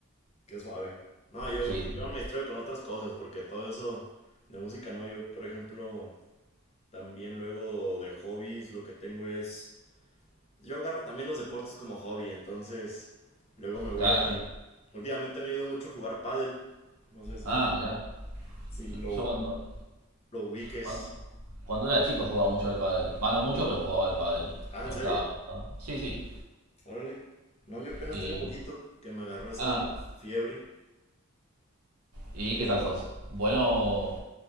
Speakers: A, on the left; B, on the right.
A: qué suave. No, yo,
B: Sí, sí.
A: yo me distraigo con otras cosas, porque todo eso de música no, yo, por ejemplo, también luego de hobbies lo que tengo es Yo agarro también los deportes como hobby, entonces luego me voy
B: Claro,
A: a...
B: sí.
A: Últimamente me he ido mucho a jugar pádel. No sé si,
B: Ah, mirá.
A: si lo,
B: Yo cuando,
A: lo ubiques.
B: cuando, cuando era chico jugaba mucho al pádel. Va, no mucho, pero jugaba al pádel.
A: Ah, ¿en
B: Me gustaba,
A: serio?
B: me gustaba. Sí, sí.
A: Órale. No, yo apenas
B: Y,
A: tengo poquito que me agarró esa
B: ah,
A: fiebre.
B: ¿y
A: Que,
B: qué tal sos? Bueno,